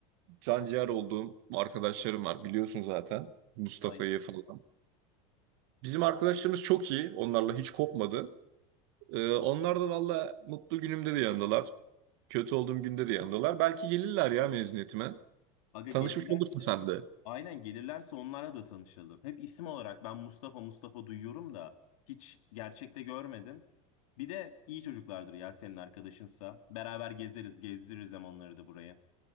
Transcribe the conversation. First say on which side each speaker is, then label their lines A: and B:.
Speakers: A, on the right; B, on the left.
A: can ciğer olduğum arkadaşlarım var biliyorsun zaten Mustafa'yı
B: Aynen.
A: falan. Bizim arkadaşlarımız çok iyi onlarla hiç kopmadı. Ee, onlar da valla mutlu günümde de yanımdalar. Kötü olduğum günde de yanımdalar. Belki gelirler ya mezuniyetime.
B: Aga
A: Tanışmış
B: gelirlerse
A: olursun sen de.
B: aynen gelirlerse onlarla da tanışalım. Hep isim olarak ben Mustafa Mustafa duyuyorum da hiç gerçekte görmedim. Bir de iyi çocuklardır ya senin arkadaşınsa. Beraber gezeriz, gezdiririz hem onları da buraya.